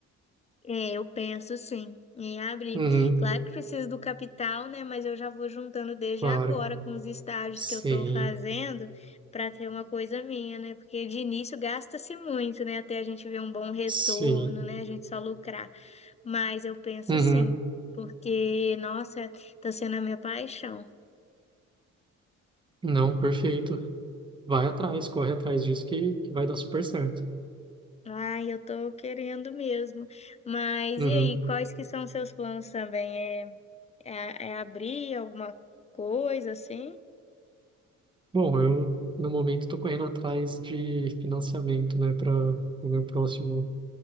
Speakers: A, on the left; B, on the right.
A: É, eu penso sim em abrir.
B: Uhum,
A: Claro que preciso do capital, né? Mas eu já vou juntando desde
B: claro.
A: agora com os estágios
B: Sim,
A: que eu estou fazendo para ter uma coisa minha, né? Porque de início gasta-se muito, né? Até a gente ver um bom retorno,
B: sim.
A: né? A gente só lucrar. Mas eu penso
B: Uhum.
A: sim, porque, nossa, está sendo a minha paixão.
B: Não, perfeito. Vai atrás, corre atrás disso que, que vai dar super certo.
A: Ai, eu tô querendo mesmo. Mas
B: Uhum.
A: e aí, quais que são os seus planos também? É, É, é abrir alguma coisa assim?
B: Bom, eu no momento estou correndo atrás de financiamento, né, para o meu próximo